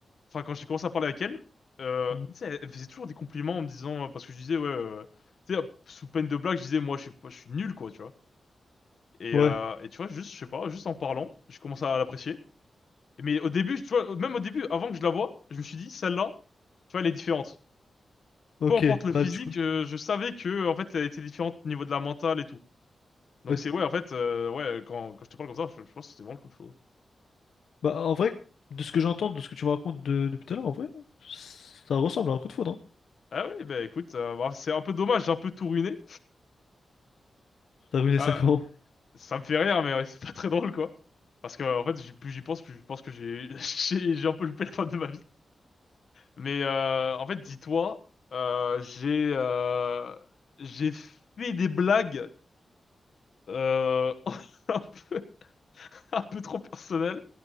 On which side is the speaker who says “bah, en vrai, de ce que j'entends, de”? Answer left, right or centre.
Left